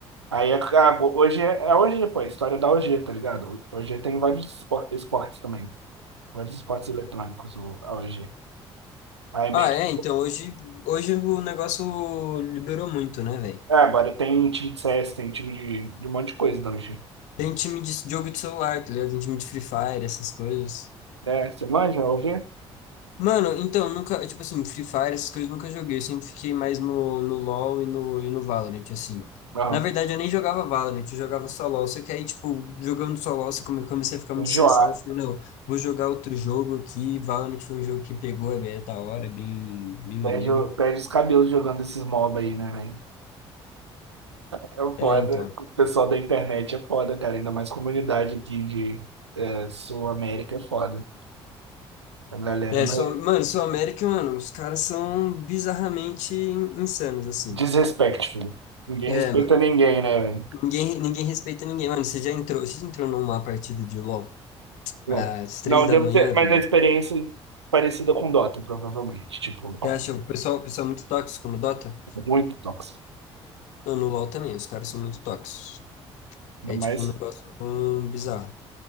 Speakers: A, on the right; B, on the left.
A: Aí é, ah, hoje é, é OG, pô, é a história da OG, tá ligado? OG tem vários espo- esportes também. Vários esportes eletrônicos, o, a OG. Aí
B: Ah,
A: meio
B: é,
A: que...
B: então hoje, hoje o negócio liberou muito, né, velho?
A: Ah, agora tem time de CS, tem time de, de um monte de coisa da OG.
B: Tem time de jogo de celular, tá ligado? Tem time de Free Fire, essas coisas.
A: É, você manja, a OG?
B: Mano, então, nunca, tipo assim, Free Fire, essas coisas eu nunca joguei. Eu sempre fiquei mais no, no LoL e no, e no Valorant, assim.
A: Não.
B: Na verdade, eu nem jogava Valorant, eu jogava só LoL. Só que aí, tipo, jogando só LoL, você come- comecei a ficar muito
A: Enjoar.
B: estressado. Eu falei, não, vou jogar outro jogo aqui. Valorant foi um jogo que pegou, é bem é da hora, é bem, bem maneiro.
A: Perde, o- perde os cabelos jogando esses mob aí, né, velho? É foda.
B: É, então.
A: O pessoal da internet é foda, cara. Ainda mais comunidade aqui de é, Sul América é foda. A galera
B: É,
A: não
B: sou,
A: é...
B: mano, sou América, mano, os caras são bizarramente in- insanos, assim.
A: Desrespeito, filho. Ninguém
B: É,
A: respeita
B: mano.
A: ninguém, né, velho?
B: Ninguém, ninguém respeita ninguém, mano. Você já entrou, você já entrou numa partida de LoL às
A: Bom,
B: três
A: Não,
B: da
A: deve
B: manhã,
A: ter... Mas
B: velho?
A: a experiência é parecida com Dota, provavelmente. Tipo,
B: Você acha o pessoal, o pessoal é muito tóxico no Dota?
A: muito tóxico.
B: Não, no LoL também, os caras são muito tóxicos.
A: Ainda
B: É
A: mais
B: tipo um negócio hum, bizarro.